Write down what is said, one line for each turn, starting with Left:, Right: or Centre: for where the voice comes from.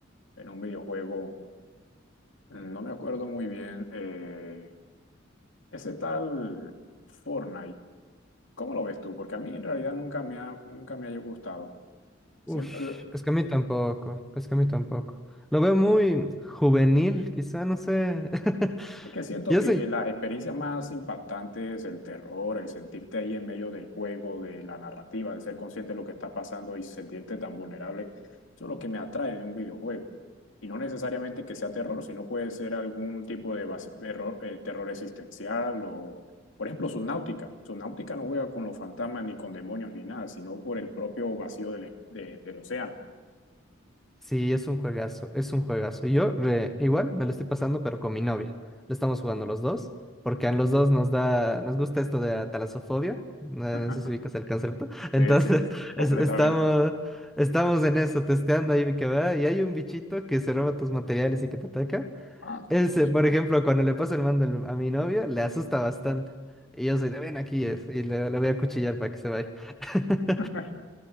Left: en un videojuego, no me acuerdo muy bien, eh, ese tal Fortnite, ¿cómo lo ves tú? Porque a mí en realidad nunca me ha, nunca me haya gustado.
Centre: uff
Left: Siempre,
Centre: es que a mí tampoco, es que a mí tampoco. Lo veo muy juvenil, quizá, no sé. <laughs>
Left: Es que siento
Centre: Yo
Left: que
Centre: soy,
Left: las experiencias más impactantes, el terror, el sentirte ahí en medio del juego, de la narrativa, de ser consciente de lo que está pasando y sentirte tan vulnerable, eso es lo que me atrae de un videojuego. Y no necesariamente que sea terror, sino puede ser algún tipo de, bas- de error- eh, terror existencial o, por ejemplo, Subnautica. Subnautica no juega con los fantasmas ni con demonios ni nada, sino por el propio vacío del, es- de- del océano.
Centre: Sí, es un juegazo, es un juegazo. Yo re- igual me lo estoy pasando, pero con mi novia. Lo estamos jugando los dos, porque a los dos nos da, nos gusta esto de la talasofobia. No,
Left: <laughs>
Centre: no sé si ubicas el concepto. <laughs> Entonces,
Left: Sí, sí, sí, completamente.
Centre: es- estamos, estamos en eso, testeando ahí que va, y hay un bichito que se roba tus materiales y que te ataca.
Left: Ah,
Centre: Ese,
Left: sí, sí.
Centre: por ejemplo, cuando le paso el mando al- a mi novia, le asusta bastante. Y yo soy de ven aquí es, y le, le voy a cuchillar para que se vaya. <laughs>
Left: <laughs>